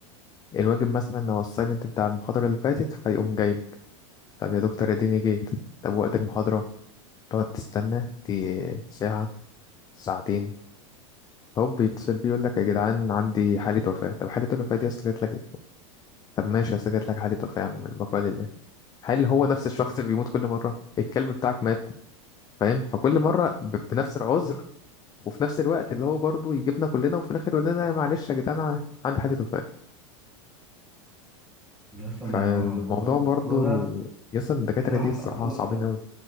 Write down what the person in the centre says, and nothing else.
بس الموضوع
الموضوع الموضوع
ده
بصراحه
مقرف
أوي.